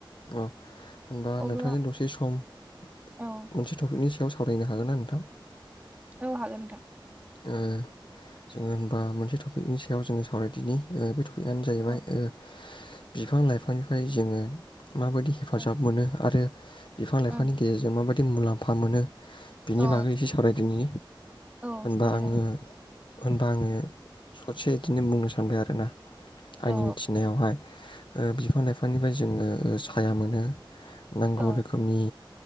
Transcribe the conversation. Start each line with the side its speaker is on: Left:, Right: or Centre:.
Left: औ होनबा
Right: अब्ला
Left: नोंथांजों दसे सम मोनसे
Right: औ
Left: टपिकनि सा याव सावरायनो हागोन ना नोंथां?
Right: औ हागोन नोंथां।
Left: ओ जोङो होनबा मोनसे टपिकनि सायाव जोङो सावरायदिनि ओ बे टपि बेआनो जाहैबाय
Right: औ
Left: ओ बिफां लाइफांनिफ्राय जोङो माबायदि हेफाजाब
Right: ओं
Left: मोनो आरो बिफां लाइफनि
Right: ओं
Left: गेजेरजों माबाद दि मुलाम्फा मोनो बिनि
Right: औ
Left: बागै एसे सावरायदिनि
Right: औ सावरायजागोन
Left: बा आंङो होनबा आंङो ससे इदिनो बुंनो सानबाय आरोना।
Right: औ
Left: आंनि मिथिनायावहाय। ओ बिफां लाइफांनिफ्राय जोङो साया मोनो। नांगौ
Right: औ
Left: रोखोमनि